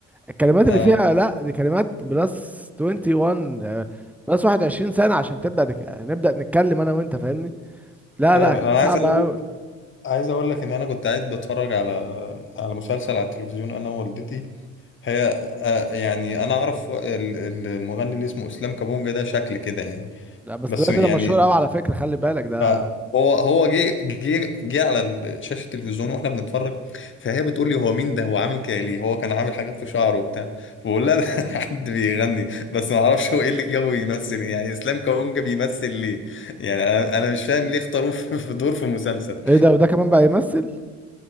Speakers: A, in the centre; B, on the left.
A: الكلمات اللي
B: أه
A: فيها لا دي كلمات بلس 21 آه، بلس 21 سنه عشان تبدا دك... نبدا نتكلم انا وانت فاهمني لا
B: فاهم
A: لا كانت
B: انا
A: صعبه
B: عايز اقول
A: قوي
B: عايز اقول لك ان انا كنت قاعد بتفرج على على مسلسل على التلفزيون انا ووالدتي هي آه، يعني انا اعرف و- ال- ال- المغني اللي اسمه اسلام كابونجا ده شكل كده يعني
A: لا بس
B: بس
A: دلوقتي
B: يعني
A: ده مشهور قوي على فكره خلي بالك ده
B: ف- هو هو جه جه جه على ال- شاشه التلفزيون واحنا بنتفرج فهي بتقول لي هو مين ده هو عامل كده ليه هو كان عامل حاجات في شعره وبتاع بقول لها ده <laughs> حد بيغني بس ما اعرفش هو ايه اللي جابه يمثل يعني اسلام كابونجا بيمثل ليه يعني انا أنا مش فاهم ليه اختاروه <laughs> في في دور في مسلسل
A: ايه ده وده كمان بقى يمثل